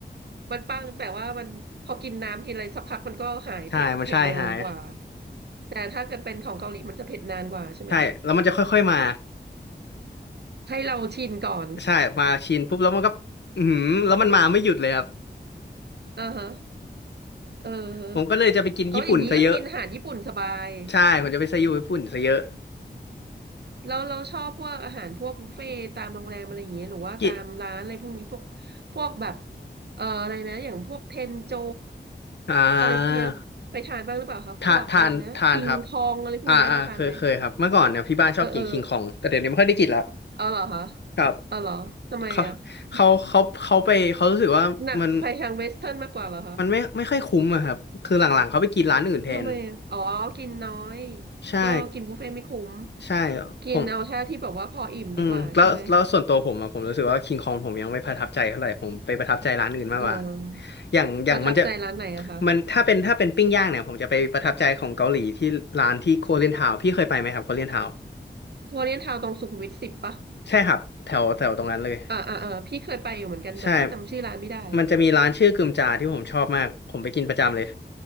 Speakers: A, on the right; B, on the left.
A: มันปังแต่ว่ามันพอกินน้ำกินอะไรสักพักมันก็หายเผ็ดเผ็ดเร็วกว่า
B: ใช่มันใช่หาย
A: แต่ถ้าเกิดเป็นของเกาหลีมันจะเผ็ดนานกว่าใช่ไหม
B: ใช่แล้วมันจะค่อยๆมา
A: ให้เราชินก่อน
B: ใช่มาชินปุ๊บแล้วมันก็อือหือแล้วมันมาไม่หยุดเลยครับ
A: อ่าฮะเออ
B: ผมก็เลยจะไปกินญี่ปุ่นซะเยอะ
A: เอออย่างนี้ก็กินอาหารญี่ปุ่นสบาย
B: ใช่ผมจะไปซะอยู่ญี่ปุ่นซะเยอะ
A: เราเราชอบพวกอาหารพวกบุฟเฟ่ต์ตามโรงแรมอะไรอย่างเงี้ยหรือว่าตามร้านอะไรพวกนี้พวก
B: กิ
A: พวกแบบเอ่ออะไรนะอย่างพวกเทนโจ
B: อ่า
A: อะไรพวกเนี้ยไปทานบ้างหรือเปล่าครับพวกอะไรนะคิงคองอะไรพวกเนี้ยทานไหม
B: ทานทานทานครับอ่าอ่าเคยเคยครับเมื่อก่อนเนี่ยพี่บ้านชอบกินคิงคองแต่เดี๋ยวนี้ไม่ค่อยได้กินละ
A: เออเออ เอาเหรอคะ
B: ครับ
A: เอาเหรอ ทำไมอ่ะ
B: เขาเขาเขาเขาไปเขารู้สึกว่ามัน
A: <laughs> หนักไปทางเวสเทิร์นมากกว่าเหรอคะ
B: มันไม่ไม่ค่อยคุ้มอะครับคือหลังๆเขาไปกินร้านอื่นแทน
A: ทำไมอะอ๋อ กินน้อย
B: ใช่
A: ก็กินบุฟเฟ่ต์ไม่คุ้ม
B: ใช่
A: กินเอาแค่ที่แบบว่าพออิ่มดีกว่าใช่ไหม
B: ผม อืมแล้วแล้วส่วนตัวผมอะผมรู้สึกว่าคิงคองผมยังไม่ประทับใจเท่าไหร่ผมไปประทับใจร้านอื่นมากกว่า
A: เออ
B: อย่างอย่างมันจะ
A: ประทับใจร้านไหนอะคะ
B: มันถ้าเป็นถ้าเป็นปิ้งย่างเนี่ยผมจะไปประทับใจของเกาหลีที่ร้านที่โคเรียนทาวพี่เคยไปไหมครับโคเรียนทาว
A: โคเรียนทาวน์ตรงสุขุมวิทสิบปะ
B: ใช่ครับแถวแถวตรงนั้นเลย
A: อ่าอ่าอ่าพี่เคยไปอยู่เหมือนกันแต่พี่จำชื่อร้านไม่ได้
B: ใช่มันจะมีร้านชื่อกึมจาที่ผมชอบมากผมไปกินประจำเลย